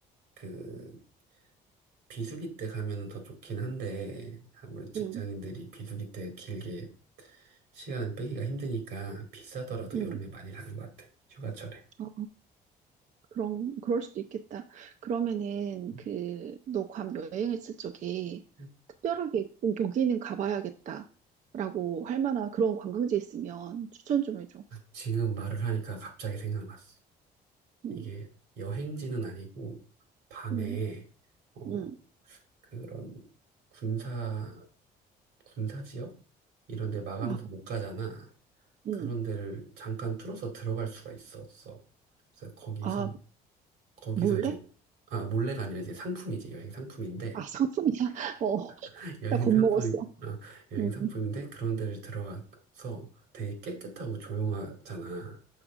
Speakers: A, on the right; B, on the right.
A: 그 비수기 때 가면은 더 좋긴 한데, 아무래도 직장인들이
B: 응,
A: 비수기 때 길게 시간을 빼기가 힘드니까 비싸더라도
B: 응.
A: 여름에 많이 가는 것 같아. 휴가철에.
B: 아, 그런, 그럴 수도 있겠다. 그러면은,
A: 음,
B: 그, 너 괌 여행했을 적에
A: 음.
B: 특별하게 꼭 여기는 가봐야겠다. 라고 할 만한 그런 관광지 있으면 추천 좀 해줘.
A: 지금 말을 하니까 갑자기 생각났어.
B: 응,
A: 이게 여행지는 아니고, 밤에,
B: 응,
A: 어,
B: 응.
A: 그런 군사, 군사 지역? 이런 데 막아놔서
B: 아,
A: 못 가잖아.
B: 응.
A: 그런 데를 잠깐 뚫어서 들어갈 수가 있었어. 그래서 거기서
B: 아,
A: 거기서
B: 몰래?
A: 이제 아 몰래가 아니라 이제 상품이지 여행 상품인데
B: 아, 상품이야? <laughs> 어,
A: <laughs> 여행
B: 나 겁먹었어.
A: 상품이 아 여행
B: 응,
A: 상품인데 그런 데를 들어가서 되게 깨끗하고 조용하잖아.